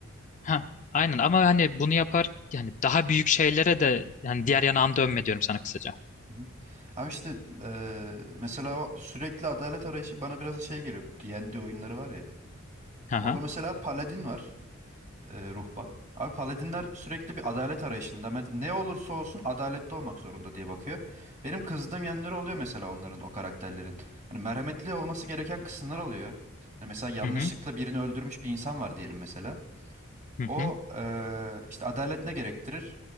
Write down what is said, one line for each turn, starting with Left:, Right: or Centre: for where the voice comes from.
Left: ha aynen ama hani bunu yapar yani daha büyük şeylere de yani diğer yanağını dönme diyorum sana kısaca.
Right: Hı hı. Abi işte eee, mesela o sürekli adalet arayışı bana biraz da şey geliyor. Bu D&D oyunları var ya.
Left: Aha.
Right: Orada mesela paladin var, eee, ruhban. Abi paladinler sürekli bir adalet arayışında. Ben ne olursa olsun adaletli olmak zorunda diye bakıyor. Benim kızdığım yanları oluyor mesela onların o karakterlerin. Hani merhametli olması gereken kısımlar oluyor. Hani mesela yanlışlıkla
Left: Hı hı.
Right: birini öldürmüş bir insan var diyelim mesela.
Left: Hı
Right: O
Left: hı.
Right: eee, işte adalet ne gerektirir?